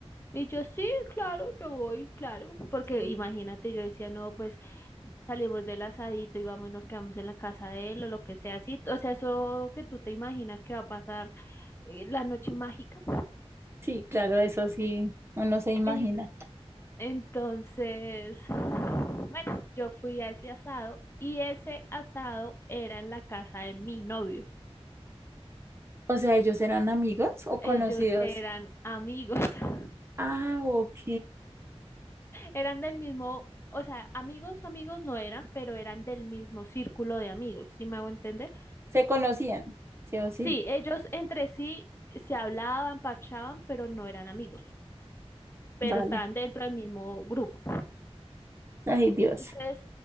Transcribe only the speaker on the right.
Sí,
sí, claro, eso sí, uno se imagina.
O sea, ¿ellos eran amigos o conocidos?
Ah, ok.
Se conocían, sí o sí.
Vale.
Ay, Dios.